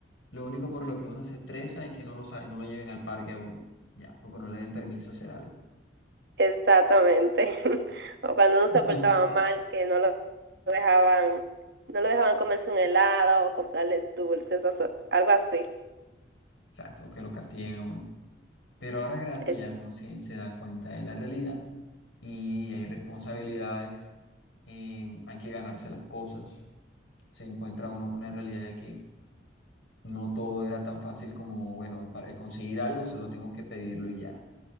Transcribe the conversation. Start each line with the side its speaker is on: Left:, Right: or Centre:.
Left: lo único por lo que uno se estresa es que no lo, sa- no lo lleven al parque a uno. Ya, o que no le den permiso a hacer algo.
Right: exactamente. <laughs> O cuando uno se
Left: <laughs>
Right: portaba mal, que no lo dejaban, no lo dejaban comerse un helado o comprarles dulces o so- algo así.
Left: Exacto, o que lo castiguen a uno. Pero ahora grande
Right: E-
Left: ya uno se, se da cuenta de la realidad y hay responsabilidades, eh, hay que ganarse las cosas. Se encuentra uno con la realidad de que no todo era tan fácil como, bueno, para conseguir algo solo tengo que pedirlo y ya.